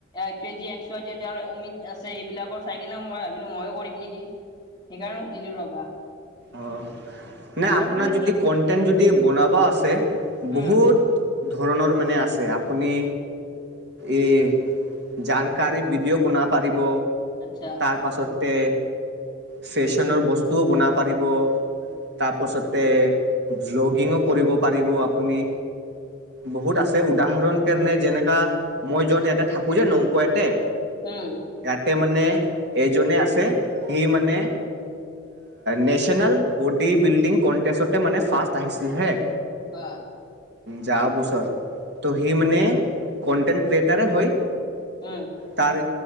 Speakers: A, on the left (about 20°); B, on the right (about 55°).
A: এক কেজি একচ চাইজৰ অমিত আছে এইবিলাকৰ চাই কিনে মই ভাবিলো ময়ো কৰিম নেকি? সেইকাৰণে সুধিলো ৰ'বা।
B: অ' নে
A: আৰু
B: আপোনাৰ
A: তুমি
B: যদি
A: কি
B: কন্টেন্ট যদি বনাব আছে, বহুত
A: উম
B: ধৰণৰ মানে আছে। আপুনি এই জানকাৰী ভিডিঅ' বনাব পাৰিব
A: আচ্ছা।
B: তাৰ পাছতে ফেশ্বনৰ বস্তুও বনাব পাৰিব তাৰপাছতে ভ্লগিঙো কৰিব পাৰিব আপুনি বহুত
A: অ
B: আছে উদাহৰণ কাৰনে যেনেকা মই যত ইয়াতে থাকো যে নংকুয়াতে
A: উম।
B: ইয়াতে মানে এজনে আছে সি মানে নেশ্যনেল বডি বিল্ডিং কনটেষ্টতে মানে ফাৰ্ষ্ট আহিছিল হে'
A: ত'
B: যোৱা বছৰ তো সি মানে কনটেণ্ট ক্ৰিয়েটাৰে হৈ
A: উম।
B: তাৰ